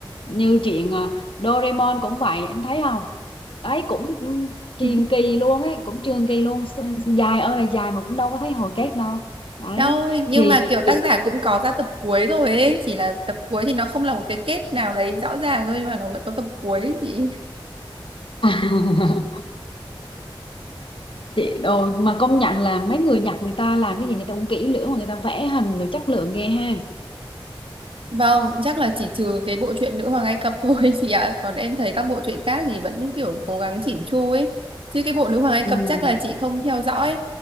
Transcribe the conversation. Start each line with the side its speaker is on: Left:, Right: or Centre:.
Left: như chuyện à, Doraemon cũng vậy em thấy không đấy cũng cũng truyền
Right: <laughs>
Left: kỳ luôn ấy cũng truyền kỳ luôn S- dài ơi là dài mà cũng đâu có thấy hồi kết đâu đấy
Right: đâu nhưng
Left: thì
Right: mà kiểu
Left: chị
Right: tác giả cũng có ra tập cuối rồi ấy chỉ là tập cuối thì nó không là một cái kết nào đấy rõ ràng thôi nhưng mà nó vẫn có tập cuối ấy chị
Left: <laughs> chị đồ mà công nhận là mấy người Nhật người ta làm cái gì người ta cũng kỹ lưỡng mà người ta vẽ hình rồi chất lượng ghê ha
Right: Vâng, chắc là chỉ trừ cái bộ truyện Nữ hoàng Ai Cập thôi <laughs> chị ạ. Còn em thấy các bộ truyện khác thì vẫn kiểu cố gắng chỉn chu ấy. Chứ cái bộ Nữ hoàng Ai
Left: ừ
Right: Cập chắc là chị không theo dõi.